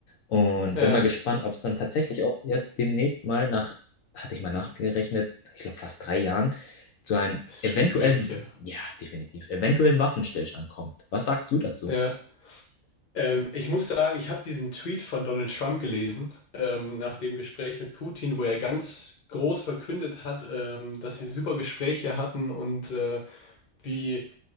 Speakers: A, on the left; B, on the left.
A: Und
B: ja.
A: bin mal gespannt, ob es dann tatsächlich auch jetzt demnächst mal nach, hatte ich mal nachgerechnet, ich glaube fast drei Jahren, zu einem
B: Es ist
A: eventuellen,
B: schon zu ewig her.
A: ja, definitiv, eventuellen Waffenstillstand kommt. Was sagst du dazu?
B: Ja. Ähm, ich muss sagen, ich habe diesen Tweet von Donald Trump gelesen, ähm, nach dem Gespräch mit Putin, wo er ganz groß verkündet hat, ähm, dass sie super Gespräche hatten und äh, wie